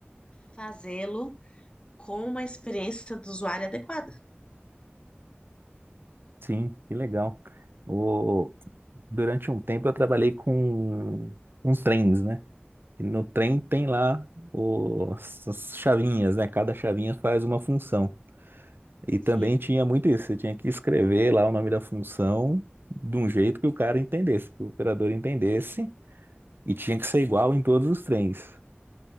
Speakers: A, on the left; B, on the right.
A: fazê-lo com uma experiência do usuário adequada.
B: Sim, que legal. O, durante um tempo eu trabalhei com, com trens, né? E no trem tem
A: Hum,
B: lá os, as chavinhas, né? Cada chavinha faz uma função. E
A: Sim,
B: também tinha muito isso, você tinha que escrever lá o nome da função de um jeito que o cara entendesse, que o operador entendesse, e tinha que ser igual em todos os trens.